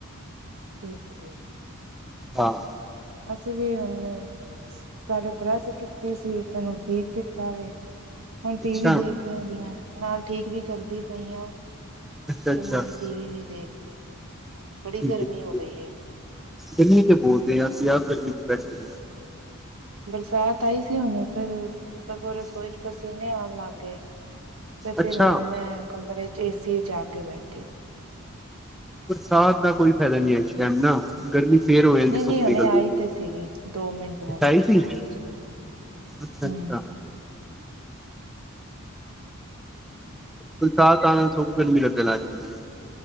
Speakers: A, on the right (about 70°); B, in the centre.
A: ਠੀਕ ਐ, ਠੀਕ ਐ।
B: ਹਾਂ।
A: ਅਸੀਂ ਵੀ ਹੁਣ। ਪਹਿਲੇ ਪ੍ਰੱਸ ਕੀਤੀ ਸੀ, ਫਿਰ ਹੁਣ ਠੀਕ ਕੀਤਾ ਵੇ। ਹੁਣ ਟੀ
B: ਅੱਛਾ
A: ਵੀ ਦੇਖ ਦੀਆ ਪਈਆਂ, ਨਾਲ ਠੀਕ ਵੀ ਕਰਦੀ ਪਈ ਆ।
B: ਅੱਛਾ ਅੱਛਾ
A: ਪਰ ਨਾਲ
B: ਠੀਕ
A: ਟੀ ਵੀ ਵੀ ਦੇਖਦੀ ਪਈ। ਹਾਂ, ਬੜੀ ਗਰਮੀ
B: ਹੈ ਠੀਕ
A: ਹੋ ਗਈ
B: ਹੈ
A: ਏ।
B: ਗਰਮੀ ਚ ਬੋਲਦੇ ਹਾਂ, ਅਸੀਂ ਆਪ ਗਰਮੀ ਚ ਬੈਠਦੇ ਹਾਂ।
A: ਬਰਸਾਤ ਆਈ ਸੀ ਹੁਨੇ, ਫੇਰ ਸਗੋਂ ਰਸੋਈ ਚ ਪਸੀਨੇ ਆਣ ਲੱਗ ਗਏ। ਤੇ
B: ਅੱਛਾ
A: ਫੇਰ ਹੁਣ ਮੈਂ ਕਮਰੇ ਚ ਏਸੀ ਚ ਆ ਕੇ ਬੈਠੀ।
B: ਬਰਸਾਤ ਦਾ ਕੋਈ ਫਾਇਦਾ ਨੀ ਐ, ਇਸ ਟਾਈਮ ਨਾ ਗਰਮੀ ਫੇਰ ਹੋ ਜਾਂਦੀ
A: ਨਹੀਂ
B: ਧੁੱਪ
A: ਨਹੀਂ ਹੁਣੇ
B: ਨਿਕਲਦੀ
A: ਆਈ
B: ਏ ਤੇ,
A: ਸੀਗੀ ਦੋ ਮਿੰਟ ਵਾਸਤੇ
B: <unintelligible>
A: ਤੇਜ਼ ਬੜੀ
B: ਅੱਛਾ-ਅੱਛਾ।
A: ਹੂੰ,
B: ਬਸਾਤ ਆਣ ਨਾਲ ਸਗੋਂ ਗਰਮੀ ਲੱਗਣ ਲੱਗ ਜਾਂਦੀ ਐ।